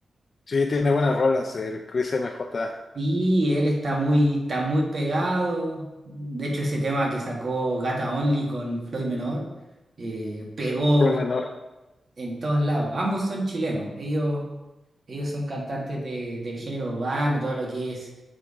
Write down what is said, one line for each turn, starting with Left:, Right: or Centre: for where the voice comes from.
Left: Sí, tiene buenas rolas, el Chris M J.
Right: Sí, él está muy, está muy pegado. De hecho, ese tema que sacó Gata Only con Floyd Menor eh, pegó
Left: Bruno Menor.
Right: en todos lados. Ambos son chilenos. Ellos, ellos son cantantes de, del género urbano, todo lo que es.